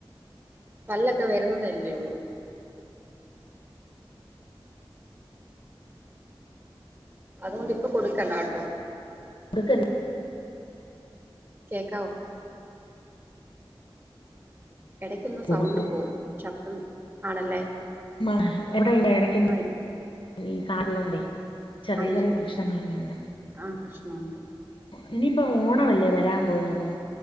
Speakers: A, on the right (about 25°); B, on the left (about 65°).
A: പല്ലൊക്കെ വെര്ന്നതല്ലേള്ളൂ അതുകൊണ്ട് ഇപ്പൊ കൊടുക്കണ്ട കെട്ടോ
B: കൊട്ക്കര്
A: കേക്കാവോ എടയ്ക്കൊന്ന് സൗണ്ട്
B: കൊടുക്കും
A: പോവ്ന്ന് ശബ്ദം ആണല്ലേ
B: മ്മ എവടെ ഇള്ളെ എടക്ക്
A: ആഹ്
B: ഈ കാത്കൊണ്ടേ ചെറിയ
A: ആയിരിക്കും
B: ചെറിയ പ്രശ്നങ്ങളൊക്കെയുണ്ട്
A: ആ പ്രശ്നമുണ്ട്
B: ഒഹ് ഇനിയിപ്പ ഓണവല്ലേ വരാം പോക്ന്നത്